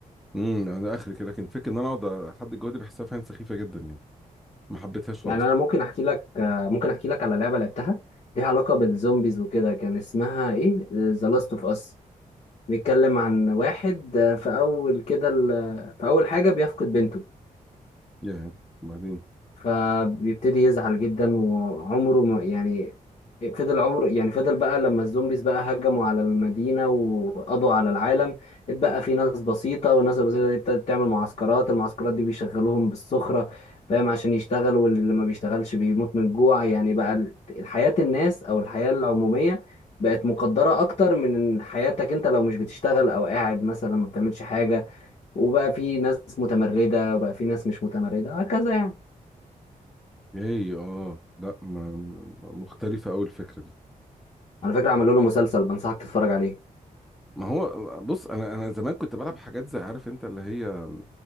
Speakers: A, in the centre; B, on the left.
A: امم انا اخر كده لكن فكره ان انا اقعد احدد جوه دي بحسها فعلا سخيفه جدا يعني ما حبيتهاش
B: يعني
A: خالص
B: انا ممكن احكي لك آه، ممكن احكي لك على لعبه لعبتها ليها علاقه بالزومبيز وكده كان اسمها ايه ذا لاست اوف اس بيتكلم عن واحد آه، في اول كده ال- في اول حاجه بيفقد بنته
A: ياه بعدين
B: فبيبتدي يزعل جدا وعمره ما يعني فضل عمره يعني فضل بقى لما الزومبيز بقى هجموا على المدينة وقضوا على العالم اتبقى في ناس بسيطة والناس البسيطة دي ابتدت تعمل معسكرات المعسكرات دي بيشغلوهم بالسخرة فاهم عشان يشتغلوا واللي ما بيشتغلش بيموت من الجوع يعني بقى ال- الحياة الناس أو الحياة العمومية بقت مقدرة أكتر من حياتك أنت لو مش بتشتغل أو قاعد مثلا ما بتعملش حاجة وبقى في ناس متمردة وبقى في ناس مش متمردة هكذا يعني
A: ايه اه لا ما ما- مختلفة أوي الفكرة دي
B: على فكرة عملوا له مسلسل بنصحك تتفرج عليه
A: ما هو بص انا انا زمان كنت بلعب حاجات زي عارف انت اللي هي